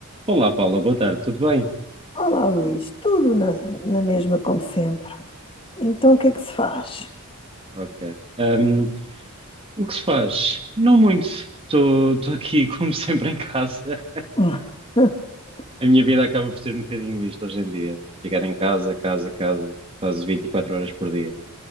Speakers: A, on the right (about 25°); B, on the left (about 25°).
A: Olá, Paula, boa tarde, tudo bem?
B: Olá, Luís, tudo na, na mesma como sempre. Então, o que é que se faz?
A: Ok. Ahm, o que se faz? Não muito. Estou aqui, <laughs> como sempre, em casa.
B: <laughs>
A: A minha vida acaba por ser um bocadinho isto hoje em dia. Ficar em casa, casa, casa, quase 24 horas por dia.